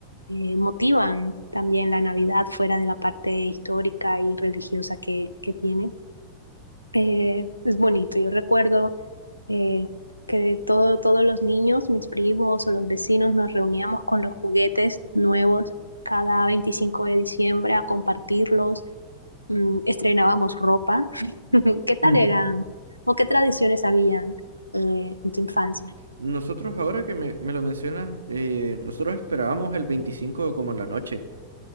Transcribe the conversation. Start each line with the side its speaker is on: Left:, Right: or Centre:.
Left: eh, motivan también la Navidad fuera de la parte histórica y religiosa que, que tiene. Eh, es bonito. Yo recuerdo eh, que todo, todos los niños, mis primos o los vecinos, nos reuníamos con los juguetes nuevos cada 25 de diciembre a compartirlos. Mm, estrenábamos ropa. <laughs> ¿Qué tal
Right: Hmm.
Left: eran?
Right: <laughs>
Left: ¿O qué tradiciones habían eh, en tu infancia?
Right: Nosotros ahora que me, me lo mencionas, eh, nosotros esperábamos el 25 como en la noche.